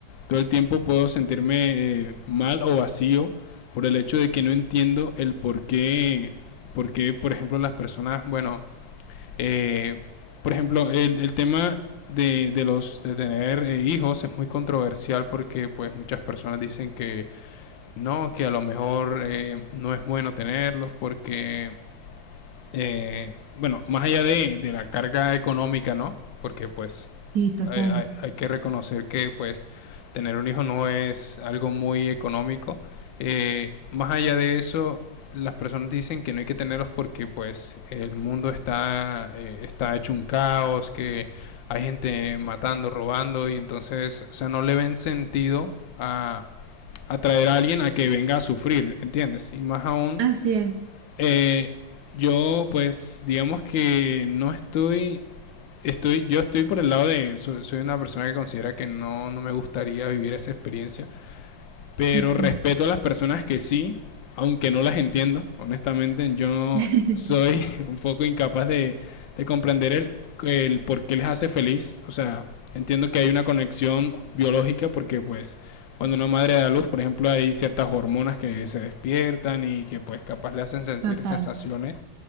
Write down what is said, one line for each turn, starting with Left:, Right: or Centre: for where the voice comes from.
Left: todo el tiempo puedo sentirme eh, mal o vacío por el hecho de que no entiendo el por qué porque, por ejemplo, las personas, bueno, eh, por ejemplo, el, el tema de, de, los de tener eh, hijos es muy controversial porque pues muchas personas dicen que no, que a lo mejor eh, no es bueno tenerlos porque eh, bueno, más allá de, de, la carga económica, ¿no? Porque pues
Right: Sí, total.
Left: hay, hay, hay, que reconocer que pues tener un hijo no es algo muy económico. Eh, más allá de eso, las personas dicen que no hay que tenerlos porque pues el mundo está, eh, está hecho un caos, que hay gente matando, robando y entonces, o sea, no le ven sentido a atraer a alguien a que venga a sufrir, ¿entiendes? Y más aún
Right: Así es.
Left: eh, yo, pues, digamos que no estoy. Estoy, yo estoy por el lado de. so- Soy una persona que considera que no, no me gustaría vivir esa experiencia. Pero
Right: Ujú.
Left: respeto a las personas que sí, aunque no las entiendo. Honestamente, yo
Right: <laughs>
Left: soy <laughs> un poco incapaz de, de comprender el, el por qué les hace feliz. O sea, entiendo que hay una conexión biológica porque, pues, cuando una madre da luz, por ejemplo, hay ciertas hormonas que se despiertan y que, pues, capaz le hacen sentir
Right: Total.
Left: sensaciones